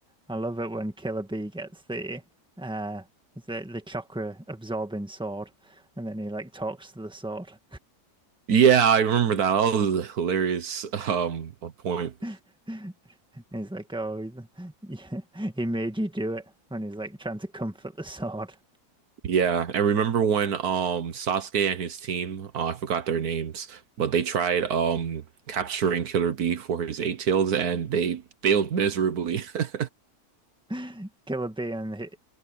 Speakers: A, in the centre; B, on the right.
A: I love it when Killer Bee gets the uh the the chakra absorbing sword, and then he like talks to the sword.
B: Yeah, I remember that. That was a hilarious um point.
A: <laughs> And he's like, "Oh, <laughs> he he made you do it." When he's like trying to comfort the sword,
B: Yeah, and remember when um Sasuke and his team, uh, I forgot their names, but they tried um capturing Killer Bee for his eight tails and they failed miserably. <laughs>
A: <laughs> Killer Bee and he,